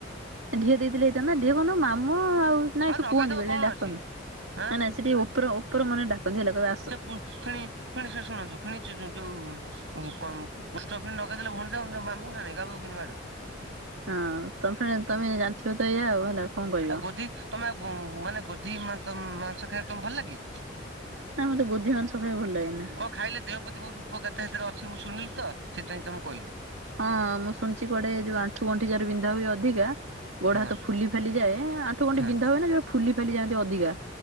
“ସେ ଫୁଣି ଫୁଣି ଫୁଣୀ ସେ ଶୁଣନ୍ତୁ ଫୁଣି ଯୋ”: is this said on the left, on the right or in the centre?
Right